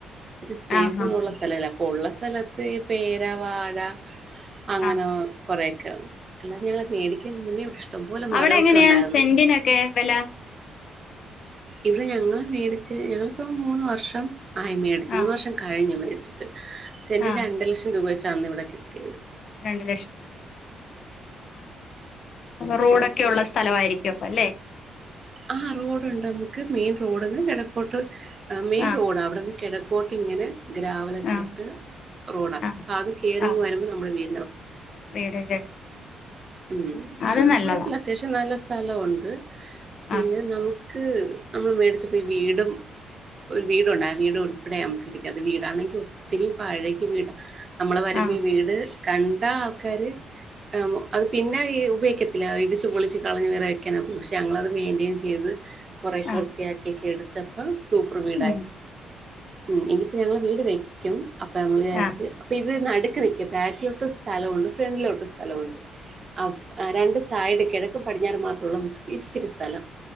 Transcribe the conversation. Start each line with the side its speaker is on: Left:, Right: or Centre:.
Right: ഒത്തിരി സ്പേസ്
Left: ആഹാ
Right: ഒന്നുള്ള സ്ഥലല്ല അപ്പൊ ഉള്ള സ്ഥല സ്ഥലത്ത് ഈ പേര വാഴ അങ്ങനെ
Left: ആ
Right: കുറെേയൊക്കെ അല്ലാതെ ഞങ്ങളെ മേടിക്കൻ മുന്നേ ഇ ഇഷ്ടംപോലെ മരമൊക്കെ
Left: അവിടെ എങ്ങനെയാ
Right: ഉണ്ടായിരുന്നു
Left: സെന്റിനൊക്കെ വില
Right: ഇവിടെ ഞങ്ങളെ മേടിച്ച് ഞങ്ങളിപ്പ മൂന്ന് വർഷം ആയി മേട
Left: ആ
Right: മൂന്ന് വർഷം കഴിഞ്ഞ മെഡി ച <inaudible> സെന്റിന്റെ
Left: ആ
Right: രണ്ട് ലക്ഷം രൂപ വെച്ച് വെച്ചാണ് ഇവിടെ കിട്ടിയത്
Left: രണ്ട് ലക്ഷം ആ റോഡൊക്കെ ഉള്ള സ്ഥലയിരിക്കും അപ്പ അല്ലെ
Right: ആ റോഡുണ്ട് നമുക്ക് മെയിൻ റോഡന്ന് കിഴക്കോട്ട് മെയിൻ
Left: ആ
Right: റോഡ് അവിടെ നിന്ന് കിഴക്ക് പോട്ടിങ്ങനെ ഗ്രാവലൊക്കെ
Left: ആ
Right: ഇട്ട് റോഡാ
Left: ആ
Right: അത് കേറി
Left: ആ
Right: ഇങ്ങ് വരുമ്പോൾ നമ്മുടെ വീ
Left: വീട്
Right: <unintelligible>
Left: അത്
Right: ആ
Left: നല്ലതാ
Right: കുഴപ്പില്ല അത്യാവശ്യം നല്ല സ്ഥലമുണ്ട് പിന്നെ
Left: ആ
Right: നമ്മു ക്ക് നമ്മള് മേടിച്ചപ്പോ ഈ വീടുംഒരു വീടുണ്ട് ആ വീട് ഉൾപ്പെടെ നമുക്ക് കിട്ടിയ അത് വീടാണെങ്കിൽ ഒത്തിരി പഴകിയ വീടാ നമ്മള് വരുമ്പോ
Left: ആ
Right: ഈ വീട് കണ്ട ആൾക്കാര് ആ അത് പിന്നെ ഈ ഉപയോഗത്തില്ല ഇടിച്ചു പൊളിച്ചും കളഞ്ഞ് വേറേ വെക്കണം പക്ഷെ ഞങ്ങളത് മെയിന്റെൻ ചെയ്ത് കുറെ വൃത്തിയാക്കിയൊക്കെ
Left: ആ
Right: എടുത്ത് തപ്പം സൂപ്പർ വീടായി
Left: ഉം ആ
Right: ഉം ഇനിയിപ്പോ ഞങ്ങള് വീട് വെ ക്കും അപ്പൊ നമ്മള് വിചാരിച്ച്അപ്പ
Left: ആ
Right: ഇത് നടുക്ക്നിക്ക ബാക്കി സ്ഥലമുണ്ട്. ഫ്രണ്ട്ലിലോട്ട് സ്ഥലമുണ്ട്. ആ രണ്ട് സൈഡ കിഴക്ക് പടിഞ്ഞാറ് മാത്രമുള്ള നമ്മുക് ഇച്ചിരി സ്ഥലം